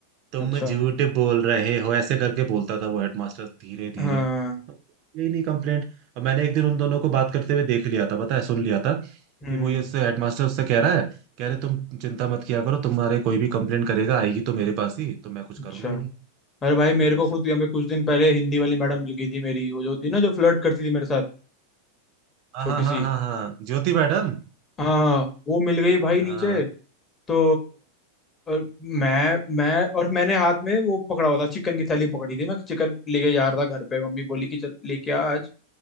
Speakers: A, on the right; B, on the left.
A: तुम
B: अच्छा
A: झूठ बोल रहे हो ऐसे करके बोलता था वो हेडमास्टर धीरे
B: हाँ
A: धीरे यही नहीं कंप्लेंट अब मैंने एक दिन उन दोनों को बात करते हुए देख लिया था पता है सुन लिया था
B: हम्म
A: कि वो ये उससे हेडमास्टर उससे कह रहा है कह रहे तुम चिंता मत किया करो तुम्हारे कोई भी कंप्लेंट करेगा आएगी तो मेरे पास ही तो मैं कुछ
B: अच्छा
A: करूंगा ही नहीं
B: अरे भाई मेरे
A: मैं भाई
B: को
A: साहब
B: खुद यहाँ पे कुछ दिन पहले हिंदी वाली मैडम मिल गई थी मेरी वो जो थी ना जो फ्लर्ट करती थी मेरे साथ
A: हाँ
B: छोटी
A: हाँ हाँ
B: सी
A: हाँ हाँ ज्योति मैडम
B: हाँ वो मिल गई भाई नीचे
A: हाँ
B: तो और मैं मैं और मैंने हाथ में वो पकड़ा हुआ था चिकन की थैली पकड़ी थी मैं चिकन लेके जा रहा था घर पे मम्मी बोली कि चल लेके आ आज